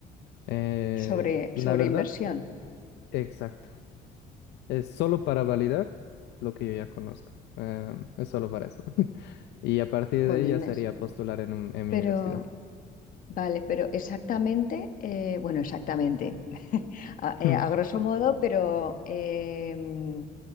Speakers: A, on the left (about 80°); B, on the left (about 55°).
A: Eh,
B: Sobre,
A: la
B: sobre
A: verdad,
B: inversión,
A: exacto. Es solo para validar lo que yo ya conozco. Eh, es solo para eso. <laughs> Y a partir
B: jolines.
A: de ahí ya sería postular en un- en
B: Pero,
A: mi universidad.
B: vale, pero exactamente, eh, bueno, exactamente, <laughs> a,
A: <laughs>
B: eh, a grosso modo, pero... em,